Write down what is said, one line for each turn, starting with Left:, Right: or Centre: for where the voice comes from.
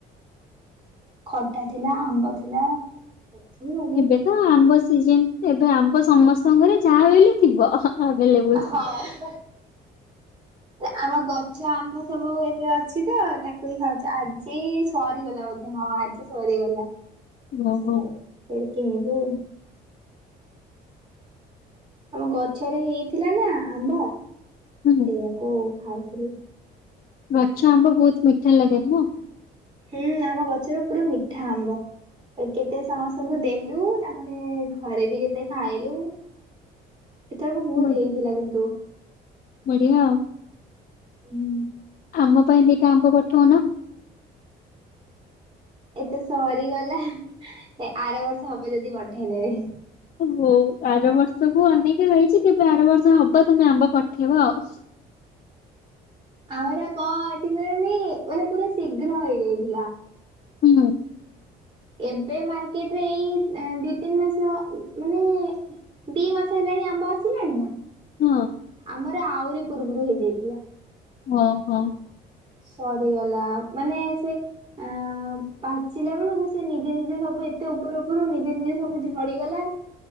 Right: ଖଟା ଥିଲା, ଆମ୍ବ ଥିଲା। <unintelligible>
Left: ଏବେ ତ ଆମ୍ବ ସିଜନ ଏବେ ଆମ୍ବ ସମସ୍ତଙ୍କ ଘରେ ଯାହା ବି ହେଲେ ଥିବ ଆଭେଲବୁଲ୍।
Right: ହଁ। ଆମ ଗଛ ଆମ୍ବ ସବୁ ଏବେ ଅଛି ତ ତାକୁ ହିଁ ଖାଉଛି ଆଜି ସରିଗଲା ବୋଧେ ହଁ ଆଜି। ସରିଗଲା
Left: ଓହୋ
Right: ଫେରେ କିଣିବୁ। ଆମ ଗଛରେ ହେଇଥିଲା ନା ଆମ୍ବ
Left: ହୁଁ
Right: ସେଇୟାକୁ ଖାଉଥିଲି।
Left: ଗଛ ଆମ୍ବ ବହୁତ ମିଠା ଲାଗେନା।
Right: ହୁଁ ଆମ ଗଛରେ ପୁରା ମିଠା ଆମ୍ବ। କେତେ ସମସ୍ତଙ୍କୁ ଦେଲୁ ତାପରେ ଘରେ ବି କେତେ ଖାଇଲୁ। ଏତେବେଳକୁ ବହୁତ
Left: ବଢିଆ
Right: ହେଇଥିଲା କିନ୍ତୁ
Left: ବଢିଆ ଆଉ।
Right: ହୁଁ।
Left: ଆମ ପାଇଁ ଦିଟା ଆମ୍ବ ପଠଉନ।
Right: ଏତେ ସରିଗଲା ଆର ବର୍ଷ ହବ ଯଦି ପଠେଇଦେବି।
Left: ଓହୋ ଆର ବର୍ଷକୁ ଅନେଇକି ରହିଛି କେବେ ଆର ବର୍ଷ ହବ ତମେ ଆମ୍ବ ପଠେଇବ ଆଉ।
Right: ଆମର କ ଅଛି କେଜାନି ମାନେ ପୁରା ଶୀଘ୍ର ହେଇଯାଇଥିଲା।
Left: ହୁଁ।
Right: ଏବେ ମାର୍କେଟରେ ଏଇ ଦି ତିନି ମାସ ହ ମାନେ। ଦି ମାସ ହେଲାଣି ଆମ୍ବ ଆସିଲାଣି ନା
Left: ହଁ
Right: ଆମର ଆହୁରି ପୂର୍ବରୁ ହେଇଯାଇଥିଲା।
Left: ଓ ହୋ।
Right: ସରିଗଲା ମାନେ ସେ। ଆ ପାଚିଲା ବେଳକୁ ସେ ନିଜେ ନିଜେ ସବୁ ଏତେ ଉପରୁ ଉପରୁ ନିଜେ ନିଜେ ସବୁ ଝଡିଗଲା।